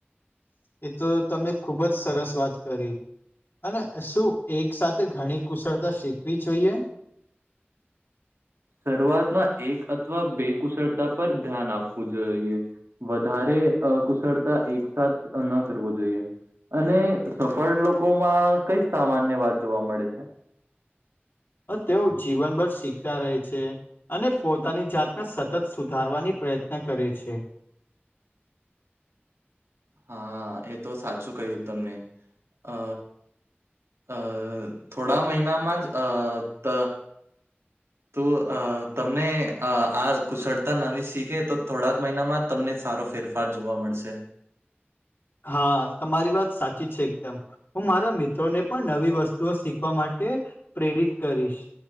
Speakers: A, on the left; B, on the right.
A: એ તો તમે ખુબ જ સરસ વાત કરી. અને શું એક સાથે ઘણી કુશળતા શીખવી જોઈએ?
B: શરૂઆતમાં એક અથવા બે કુશળતા પર ધ્યાન આપવું જોઈએ. વધારે કુશળતા એકસાથ ન કરવો જોઈએ. અને સફળ લોકો માં કઈ સામાન્ય વાત જોવા મળે છે?
A: તેઓ જીવનભર શીખતા રહે છે અને પોતાની જાત સતત સુધારવાની પ્રયત્ન કરે છે.
B: હા એ તો સાચું કહ્યું તમે અ અ થોડા મહિનામાં જ અ ત તો તમને આ કુશળતા નવી શીખે તો થોડા જ મહિનામાં તમને સારો ફેરફાર જોવા મળશે.
A: હા તમારી વાત સાચી છે એકદમ હું મારા મિત્રોને પણ નવી વસ્તુઓ શીખવા માટે પ્રેરિત કરીશ.